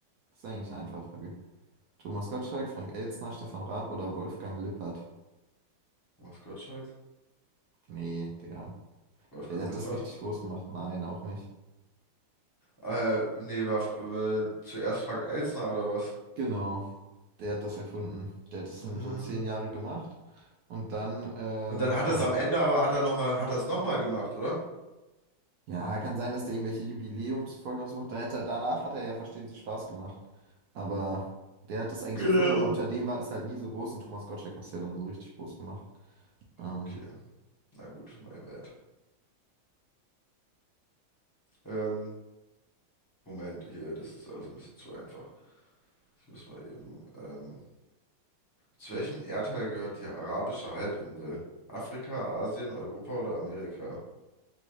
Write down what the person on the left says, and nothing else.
Thomas Gottschalk?
Wolfgang
Lippert?
Ah, Äh, nee, war f- äh, zuerst Frank Elstner oder was?
Ah.
Und dann hat
das am Ende aber, hat er noch mal, hat das nochmal gemacht, oder?
Genau.
Okay, na gut, my bad. Ähm, Moment, hier, das ist alles ein bisschen zu einfach. Ich muss mal eben, ähm, zu welchem Erdteil gehört die arabische Halbinsel? Afrika, Asien, Europa oder Amerika?